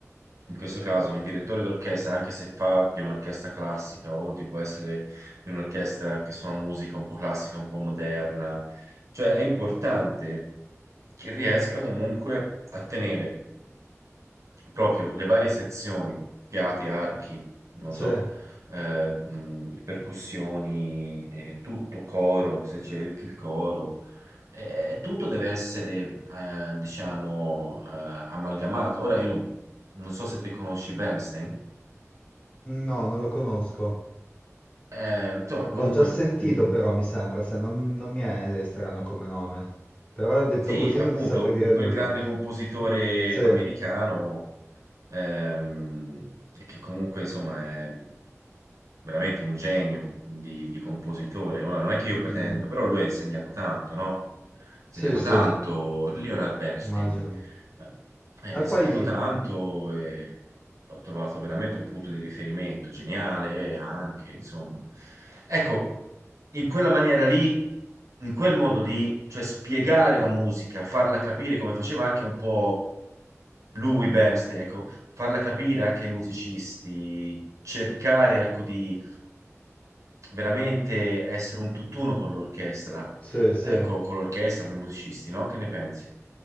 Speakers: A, on the right (about 70°); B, on the left (about 25°).
A: in questo caso un direttore d'orchestra, anche se fa di un'orchestra classica o di può essere di un'orchestra che suona musica un po' classica, un po' moderna, cioè è importante che riesca comunque a tenere proprio le varie sezioni, fiati, archi, non
B: Sì.
A: so, eh, mh, percussioni, eh, tutto coro, se c'è il coro, eh, tutto deve essere, eh, diciamo, eh, amalgamato. Ora io non, non so se te conosci Bernstein,
B: No, non lo conosco.
A: Eh, insomma, comunque,
B: L'ho già sentito
A: mh,
B: però, mi sembra, se non, non mi è strano come nome. Però detto
A: sì,
B: così
A: appunto,
B: non ti saprei dire
A: que- quel
B: nulla.
A: grande compositore
B: Sì,
A: americano, ehm, che comunque, insomma, è veramente un genio di, di compositore. Ora, non è che io pretendo,
B: Mm, mm.
A: però lui ha insegnato tanto, no? Ha insegnato
B: Sì, sì,
A: tanto, Leonard Bernstein.
B: immagino.
A: Eh, ha insegnato
B: E poi,
A: tanto e l'ho trovato veramente un punto di riferimento geniale anche, insomma. Ecco, in quella maniera lì, in quel modo lì, cioè spiegare la musica, farla capire come faceva anche un po' lui, Bernstein, ecco, farla capire anche ai musicisti, cercare, ecco, di veramente essere un tutt'uno con l'orchestra.
B: sì, sì.
A: Ecco, con l'orchestra, con i musicisti, no? Che ne pensi?